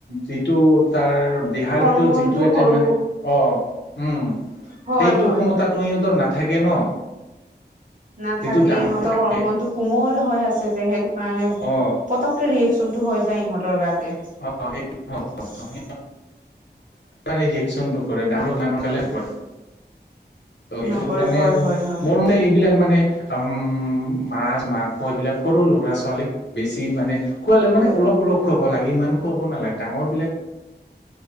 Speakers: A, on the left; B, on the right.
A: যিটো তাৰ দেহাৰ
B: হৰমনটো
A: ভিতৰত যিটো এটা
B: সৰু
A: মানে অ উম
B: হয়
A: সেইটো
B: হয়
A: ক্ষমতাটো
B: হয়
A: সিহঁতৰ না থাকে ন
B: নাথাকে
A: যিটো ডাঙৰ
B: ইহঁতৰ
A: থাকে
B: হৰ মন টো কোমল হৈ আছে যে সেইটো কাৰণে পতককে
A: অ
B: ৰিয়েকচন টো হৈ যায় ইহঁতৰ গাতে <unintelligible>
A: অ সেইটো <unintelligible> ৰিয়েকচনটো কৰে ডাঙৰক সোনকালে নকৰে সেইটো
B: নপৰে
A: কাৰণে
B: হয়
A: আৰু
B: হয় হয়
A: মোৰ এইবিলাক মানে আম মাছ মাংস এইবিলাক সৰু লৰা ছোৱালীক বেছি মানে খুৱালে মানে অলপ অলপ খুৱাব লাগে ইমান খুৱাব নালাগে ডাঙৰ বিলাক